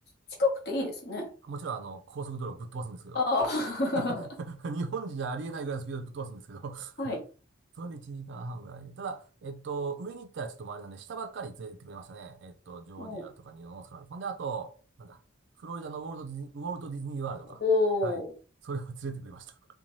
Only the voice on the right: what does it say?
もちろん、あの、高速道路ぶっ飛ばすんですけど。
<laughs> 日本人じゃありえないぐらいのスピードでぶっ飛ばすんですけど。
それで1時間半ぐらいで。ただ、えっと、上に行ったらちょっとあれなんで、下ばっかり連れてってくれましたね。えっと、ジョージアとかニューオースカーとかほんで、
あと、なんだ、フロリダのウォルトディズニー、ウォルトディズニーワールドか。
はい。
それを連れてくれました。